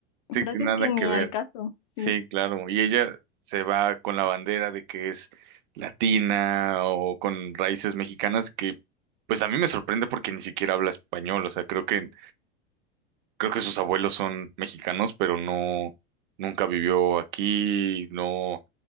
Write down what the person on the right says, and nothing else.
sí,
que nada
que
ver.
Sí, claro. Y ella se va con la bandera de que es latina o con raíces mexicanas que, pues a mí me sorprende porque ni siquiera habla español. O sea, creo que, creo que sus abuelos son mexicanos, pero no, nunca vivió aquí, no,